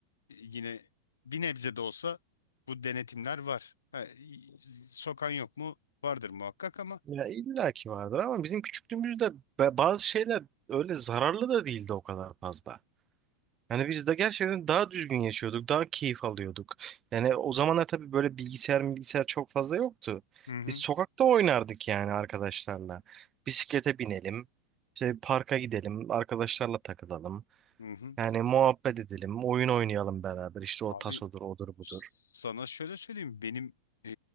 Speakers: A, on the left; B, on the right.
A: yine bir nebze de olsa bu denetimler var. Ha, y- sokan yok mu? Vardır muhakkak ama.
B: Ya illa ki vardır ama bizim küçüklüğümüzde be- bazı şeyler öyle zararlı da değildi o kadar fazla. Yani biz de gerçekten daha düzgün yaşıyorduk, daha keyif alıyorduk. Yani o zamanlar tabii böyle bilgisayar bilgisayar çok fazla yoktu.
A: Hı hı.
B: Biz sokakta oynardık yani arkadaşlarla. Bisiklete binelim, işte parka gidelim, arkadaşlarla takılalım.
A: Hı hı.
B: Yani muhabbet edelim, oyun oynayalım beraber. İşte o
A: Abi
B: tasodur, odur budur.
A: Sana şöyle söyleyeyim benim e,